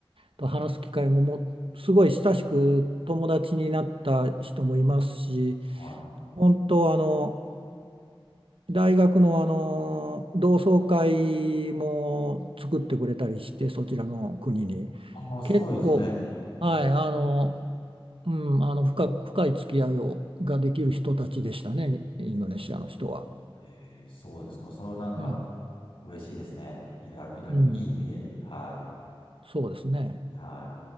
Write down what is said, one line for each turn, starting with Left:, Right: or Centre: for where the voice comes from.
Right: と話す機会も、もうすごい親しく友達になった人もいますし、
Left: はい。
Right: 本当あの、大学のあの同窓会も作ってくれたりしてそちらの国に
Left: あ、まあ、すごいですね。
Right: 結構はいあのうんあの深く、深い付き合いをができる人たちでしたねインドネシアの人は。
Left: えーそうですね。それはなんか
Right: ね
Left: 嬉しいですね。いら、いら、いい意味で。
Right: うん
Left: は
Right: そうですね。
Left: い。はい。